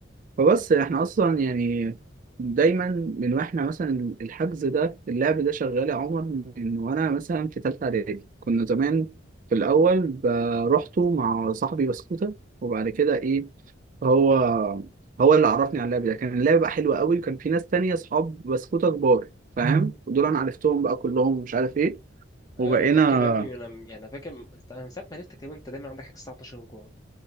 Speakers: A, on the right (about 40°); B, on the left (about 20°).
A: فبس احنا اصلا يعني دايما من واحنا مثلا الحجز ده اللعب ده شغال يا عمر من وانا مثلا في ثالثه اعدادي كنا زمان في الاول ب- روحته مع صاحبي بسكوته وبعد كده ايه هو هو اللي عرفني على اللعب ده كان اللعب بقى حلو قوي وكان في ناس تانية اصحاب بسكوته كبار مم. فاهم ودول انا عرفتهم بقى كلهم ومش عارف ايه وبقينا
B: ايوه انا فاكر يا ابني انا يعني انا فاكر انت انا من ساعه ما عرفتك تقريبا انت دايما عندك حاجه الساعه 12 جوع